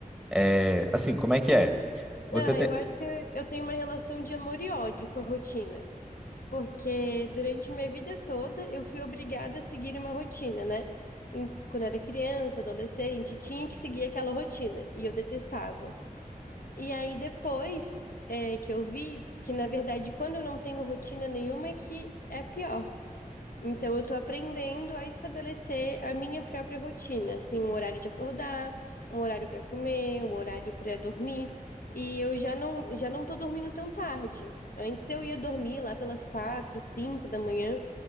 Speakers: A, in the centre; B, on the left (about 70°).
A: é, assim, como é que é? Você
B: Ah,
A: tem,
B: eu acho que eu tenho uma relação de amor e ódio com a rotina. porque durante minha vida toda eu fui obrigada a seguir uma rotina, né? Em- Quando era criança, adolescente, tinha que seguir aquela rotina e eu detestava. E aí depois é, que eu vi que, na verdade, quando eu não tenho rotina nenhuma é que é pior. Então, eu tô aprendendo a estabelecer a minha própria rotina, assim, um horário de acordar, um horário para comer, um horário para dormir. E eu já não, já não tô dormindo tão tarde. Antes eu ia dormir lá pelas quatro, cinco da manhã,